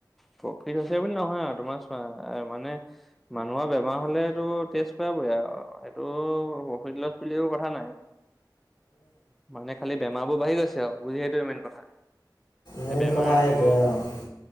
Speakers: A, in the centre; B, on the left (about 75°).
A: প্ৰফিট আছে বুলি নহয় আৰু তোমাৰছোৱা আৰু মানে মানুহৰ বেমাৰ হ'লেটো টেষ্ট কৰাবই আৰু সেইটো প্ৰফিট লৈ সেইটো কথা নাই। মানে খালি বেমাৰ বোৰ বাঢ়ি গৈছে আৰু বুজি সেইটো মেইন কথা।
B: মেইন
A: এই বেমাৰটো
B: কথা সেইটোৱে আৰু